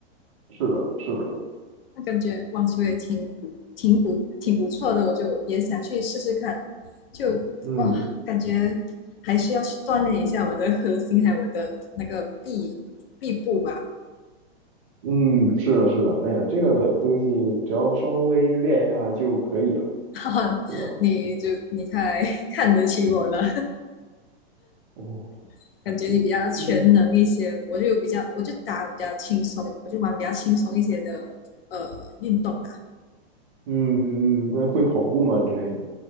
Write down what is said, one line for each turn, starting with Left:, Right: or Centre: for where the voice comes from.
Right: 是的，是的，
Left: <laughs> 那感觉网球也挺不挺不挺不错的，我就也想去试试看，就哇，
Right: 嗯
Left: 感觉还是要去锻炼一下我的核心，还有我的那个臂臂部吧。
Right: 嗯，是的，是的，哎呀，这个东西只要稍微练一下就可以了，
Left: <laughs> 哈哈，
Right: 对吧？
Left: 你就你太 <laughs> 看得起我了，
Right: 哦，
Left: <laughs> 感觉你比较全能一些，
Right: 这这个。
Left: 我就比较我就打比较轻松，我就玩比较轻松一些的呃运动啦。
Right: 嗯嗯，嗯那会跑步吗之类的？